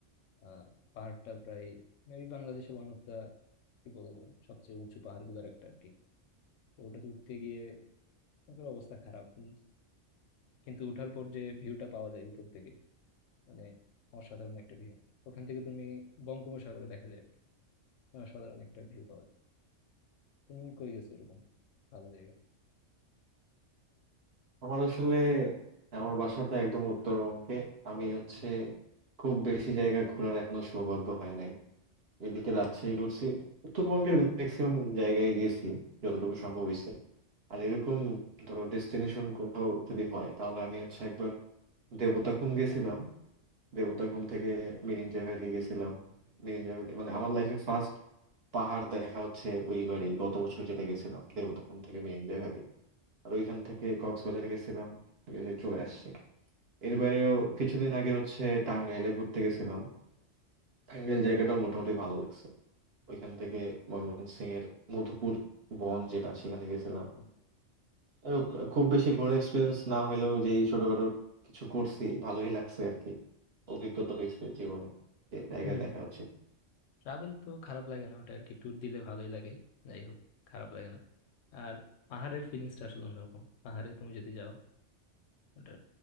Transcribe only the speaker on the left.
আহ পাহাড়টা প্রায় মেবি বাংলাদেশের ওয়ান অফ দা কি বলা যায় সবচেয়ে উঁচু পাহাড়গুলোর একটা আর কি তো ওটাতে উঠতে গিয়ে ওটার অবস্থা খারাপ উম, কিন্তু উঠার পর যে ভিউটা পাওয়া যায় উপর থেকে মানে অসাধারণ একটা ভিউ ওখান থেকে তুমি বঙ্গোপসাগরে দেখা যায় অসাধারণ একটা ভিউ পাওয়া যায় তুমি কই গেছো এরকম ভালো জায়গা
হুম,
হুম।
হুম
ট্রাভেল তো খারাপ লাগে না ওটা আর কি ট্যুর দিলে ভালোই লাগে যাই হোক খারাপ লাগে না আর পাহাড়ের ফিলিংসটা আসলে অন্যরকম পাহাড়ে তুমি যদি যাও ওটার